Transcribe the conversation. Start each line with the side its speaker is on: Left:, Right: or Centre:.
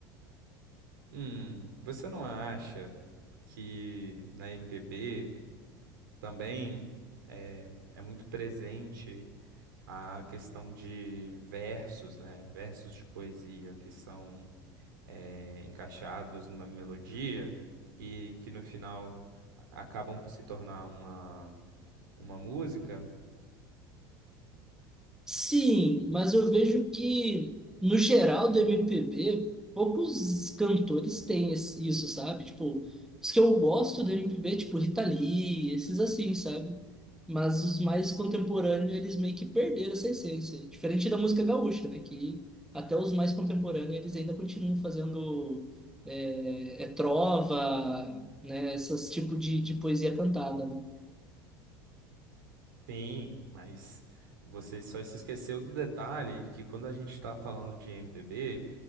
Right: Hum, você não acha que na MPB também é, é muito presente a questão de versos, né? Versos de poesia que são é, encaixados numa melodia e que no final acabam por se tornar uma, uma música?
Centre: Sim, mas eu vejo que, no geral do MPB, poucos cantores têm esse- isso, sabe? Tipo, os que eu gosto do MPB, tipo Rita Lee, esses assim, sabe? Mas os mais contemporâneos, eles meio que perderam essa essência. Diferente da música gaúcha, né? Que até os mais contemporâneos, eles ainda continuam fazendo é, é trova, né? Esses tipos de, de poesia cantada, né?
Right: Sim, mas você só se esqueceu do detalhe que quando a gente está falando de MPB.